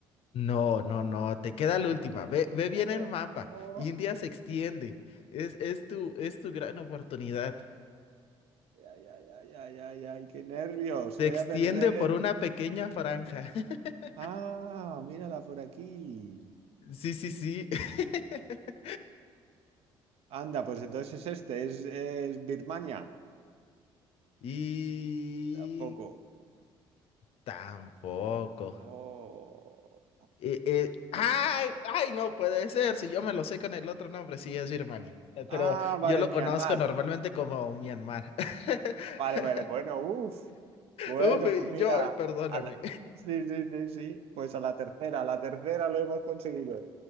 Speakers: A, on the left; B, on the right.
A: No, no, no, te queda la última. Ve, ve bien
B: Oh,
A: el mapa. India se extiende. Es, es tu, es tu gran oportunidad.
B: ay, ay, ay, ay, ay, ay, ay, qué nervios.
A: Se
B: Voy
A: extiende
B: a perder.
A: por una pequeña franja. <laughs>
B: Ah, mírala por aquí.
A: Sí, sí, sí. <laughs>
B: Anda, pues entonces es este, es, es Birmania.
A: Y
B: Tampoco.
A: tampoco.
B: Oh.
A: Eh, eh, ¡ah! ay, no puede ser. Si yo me lo sé con el otro nombre, sí, es Birmania. Eh, Pero
B: Ah, vale,
A: yo lo
B: Myanmar.
A: conozco normalmente como Myanmar. <laughs>
B: Ah, Vale, vale, bueno, uff. Bueno,
A: Uf,
B: pues mira,
A: yo, perdóname.
B: a la- sí, sí, sí, sí. Pues a la tercera, a la tercera lo hemos conseguido.